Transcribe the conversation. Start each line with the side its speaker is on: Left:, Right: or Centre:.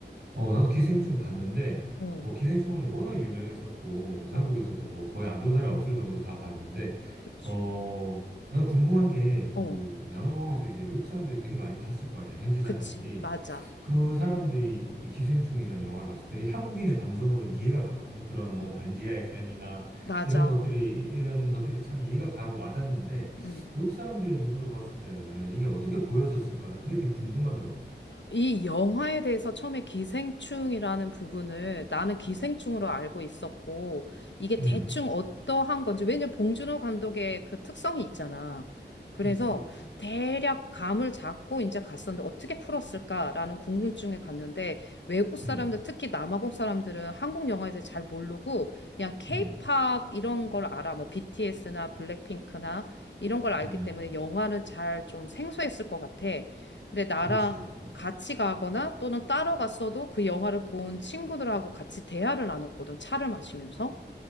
Right: 어, 나도 기생충 봤는데,
Left: 어,
Right: 뭐, 기생충은 워낙 유명했었고, 그래서
Left: 어,
Right: 한국에서도 뭐, 거의 안 본 사람이 없을 정도로 다 봤는데,
Left: 그치.
Right: 어, 난 궁금한 게,
Left: 어,
Right: 그, 남아공에서 이제 외국 사람들이 되게 많이 봤을 거 아니야, 현지 사람들이.
Left: 그치. 맞아.
Right: 그 사람들이 이 기생충이라는 영화를 봤을 때이 한국인의 감성으로 이해가 가거든. 그런 뭐,
Left: 응,
Right: 반지하의 삶이나
Left: 맞아.
Right: 이런 것들이, 이런 것들이 참 이해가 가고 와닿는데,
Left: 응.
Right: 외국 사람들의 눈으로 봤을 때는 이게 어떻게 보여졌을까? 난 그게 되게 궁금하더라고.
Left: 이 영화에 대해서 처음에 기생충이라는 부분을 나는 기생충으로 알고 있었고, 이게
Right: 음,
Left: 대충 어떠한 건지, 왜냐면 봉준호 감독의 그 특성이 있잖아. 그래서
Right: 있지, 있지.
Left: 대략 감을 잡고 이제 갔었는데 어떻게 풀었을까라는 궁금증에 갔는데 외국 사람들,
Right: 음.
Left: 특히 남아공 사람들은 한국 영화에 대해 잘 모르고 그냥 케이팝
Right: 음,
Left: 이런 걸 알아. 뭐 BTS나 블랙핑크나 이런 걸 알기
Right: 음,
Left: 때문에 영화는 잘 좀 생소했을 것 같아. 근데 나라
Right: 그렇지. 음.
Left: 같이 가거나 또는 따로 갔어도 그 영화를 본 친구들하고 같이 대화를 나눴거든, 차를 마시면서.